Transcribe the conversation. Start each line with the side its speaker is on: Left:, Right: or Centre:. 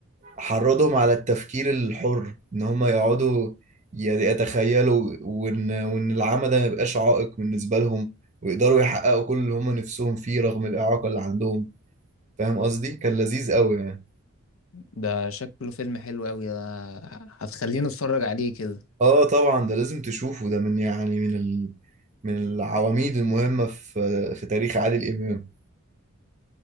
Right: حرضهم على التفكير الحر ان هم يقعدوا ي- يتخيلوا وان وان العمى ده ما يبقاش عائق بالنسبه لهم ويقدروا يحققوا كل اللي هم نفسهم فيه رغم الاعاقه اللي عندهم فاهم قصدي كان لذيذ قوي يعني
Left: ده شكله فيلم حلو قوي ده هتخليني اتفرج عليه كده
Right: اه طبعا ده لازم تشوفه ده من يعني من ال... من العواميد المهمه في في تاريخ عادل امام